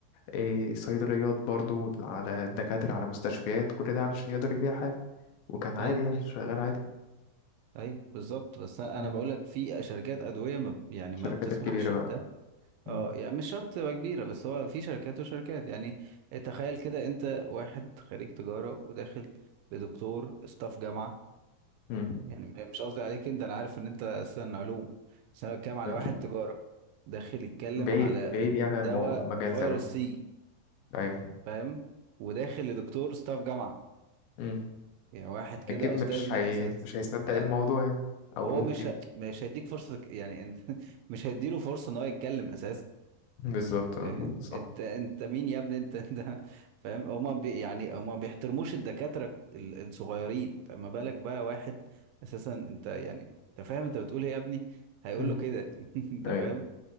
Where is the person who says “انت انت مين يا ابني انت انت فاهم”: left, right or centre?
Right